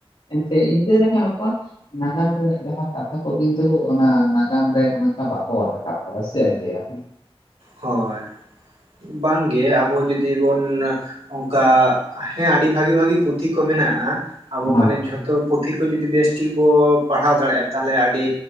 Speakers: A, on the left; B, on the right.
A: ᱮᱱᱛᱮ ᱤᱱᱠᱟᱹ ᱨᱮᱦᱚᱸ ᱚᱠᱟ ᱱᱟᱜᱟᱢ ᱨᱮᱱᱟᱜ ᱡᱟᱦᱟᱸ ᱠᱟᱛᱷᱟ ᱠᱚ ᱠᱤᱱᱛᱩ ᱚᱱᱟ ᱱᱟᱜᱟᱢ ᱨᱮ ᱚᱱᱠᱟ ᱵᱟᱠᱚ ᱚᱞ ᱨᱟᱠᱟᱵ ᱠᱟᱫᱟ᱾ ᱥᱮ ᱪᱮᱫ ᱮᱢ ᱞᱟᱹᱭ-ᱟ?
B: ᱦᱚᱭ᱾ ᱵᱟᱝ ᱜᱮ ᱟᱵᱚ ᱡᱩᱫᱤ ᱵᱚᱱ ᱚᱱᱠᱟ ᱦᱮᱸ ᱟᱹᱰᱤ ᱵᱷᱟᱜᱤ ᱵᱷᱟᱜᱤ ᱯᱩᱛᱷᱤ ᱠᱚ ᱢᱮᱱᱟᱜᱼᱟ ᱟᱵᱚ
A: ᱦᱳᱭ
B: ᱢᱟᱱᱮ ᱡᱷᱚᱛᱚ ᱯᱩᱛᱷᱤ ᱠᱚ ᱡᱩᱫᱤ ᱵᱮᱥ ᱴᱷᱤᱠ ᱵᱚ ᱯᱟᱲᱦᱟᱣ ᱫᱟᱲᱮᱭᱟᱜᱼᱟ ᱛᱟᱦᱚᱞᱮ ᱟᱹᱰᱤ